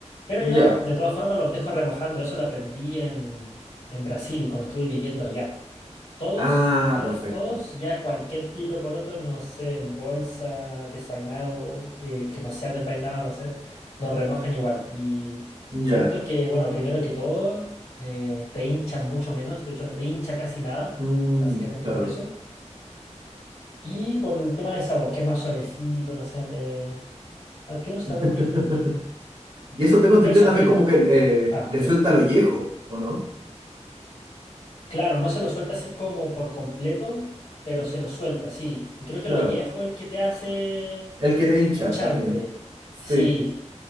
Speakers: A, on the left; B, on the right.
A: Pero
B: Ya.
A: yo, de todas formas, los dejo remojando. Eso lo aprendí en, en Brasil, cuando estuve viviendo allá. Todos,
B: Ah,
A: todos,
B: perfecto.
A: todos, ya cualquier tipo de poroto, no sé, en bolsa, desvainado, eh, que no sea desvainado, no sé, los remojan igual. Y
B: Ya.
A: siento que, bueno, primero que todo, eh, te hinchan mucho menos. De hecho, no te hincha casi nada,
B: Mm,
A: básicamente
B: claro.
A: por eso. Y por el tema de sabor, que es más suavecito, no sé, me- adquiere un sabor
B: <laughs>
A: distinto.
B: Y eso tengo entendido
A: Y el sofrito.
B: también como que eh,
A: Ah,
B: le
A: dime.
B: suelta el ollejo, ¿o no?
A: Claro, no se lo suelta así como por completo, pero se lo suelta, sí. Y creo que
B: Claro.
A: lo viejo es el que te hace
B: El que te hincha
A: hincharte.
B: al final.
A: Sí.
B: Sí,